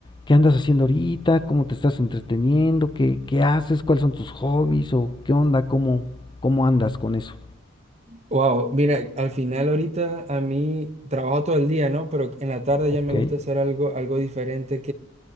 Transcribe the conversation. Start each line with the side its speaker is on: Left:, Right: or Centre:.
Left: qué andas haciendo ahorita, cómo te estás entreteniendo, qué, qué haces, cuáles son tus hobbies o qué onda, cómo, cómo andas con eso.
Right: Wow, mira, al final ahorita a mí trabajo todo el día, ¿no? Pero en la tarde
Left: Ok.
Right: ya me gusta hacer algo, algo diferente